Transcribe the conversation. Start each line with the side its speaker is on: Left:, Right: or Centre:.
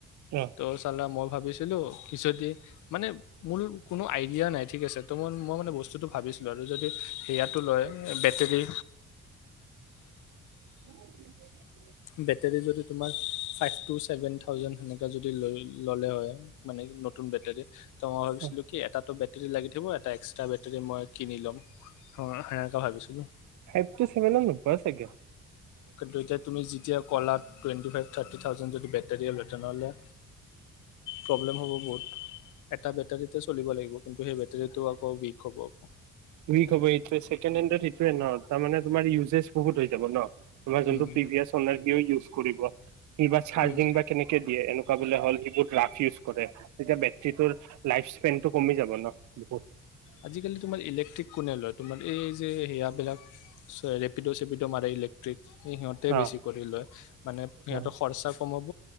Right: অ
Left: ত চল মগ ভাবিছিলো কিছুদি মানে মোৰ কোনো আইডিয়া নাই ঠিক আছে তই মই মান বস্তুটো ভাবিছো লদি যদি সেয়াটো লয় বেটেৰী
Right: উ
Left: বেটেৰী তোমাৰ চেভেন <unintelligible> থাওজেন ললে হয় মানে নতুন বেটেৰী মই ভাবো
Right: অ
Left: কি এটা <unintelligible> বেটে লাগি থাকিব <unintelligible> এটা এক্সট্ৰা বেটেৰী মই কিনি ল'ম হ- সেনেকা ভাবিছিলো
Right: ফাইভ টু চেভন ন পোৱাছোকে
Left: কিন্তু এতিয়া তুমি যেতিয়া ক'লাত টুৱেণ্টি ফাইভ থাৰ্টি থাউেণ্ড যদি বেটৰী লেটন'লৈ প্ৰব্লেম হ'ব বহুত এটা বেটাৰীতে চলিব লাগিব কিন্তু সেই বেটাৰীটো আকৌ উইক হ'ব আকৌ।
Right: উক হবটোৱেছেকে <unintelligible> টোৱে ন তাৰমানে তোমাৰ ইউজেজ বহুত হৈ যাব ন তোমাৰ যোনটো
Left: উম
Right: প্ৰিভিয়াছাৰ ইউজ কৰিব চাৰ্জিং
Left: উম,
Right: বা কেনেকে দিয়ে এনেকুৱা বোলে হল সত ৰাফ ই কৰে তেতিয়া বেটৰ লাই্পেন কমি যাব ন বিখ
Left: আজ তমাৰলেকট্টীক কোনে লয় ত যে সেয়াবিলাক ৰেপিডো চেপিডো মাৰে ইলেক্ট্ৰিক সিহঁতে
Right: অ
Left: বেছি কৰি লয় মানে সিহঁতৰ
Right: অ
Left: খৰচা কমাব